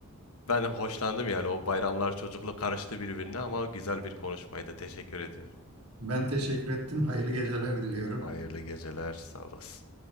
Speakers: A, on the left; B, on the right.
A: ben hoşlandım yani. O bayramlar çocukluk karıştı birbirine ama güzel bir konuşmaydı. Teşekkür ediyorum.
B: Ben teşekkür ettim. Hayırlı geceler diliyorum.
A: Hayırlı geceler, sağ olasın.